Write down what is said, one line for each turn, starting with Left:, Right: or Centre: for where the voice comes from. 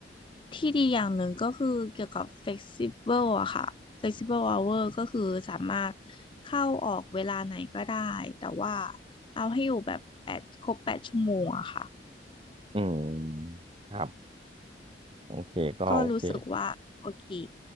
Left: ที่ดีอย่างหนึ่งก็คือเกี่ยวกับ flexible อะค่ะ flexible hour ก็คือสามารถเข้าออกเวลาไหนก็ได้แต่ว่าเอาให้อยู่แบบแปดครบแปดชั่วโมงอะค่ะ
Right: อืมครับโอเคก็โอเค
Left: ก็รู้สึกว่าโอเค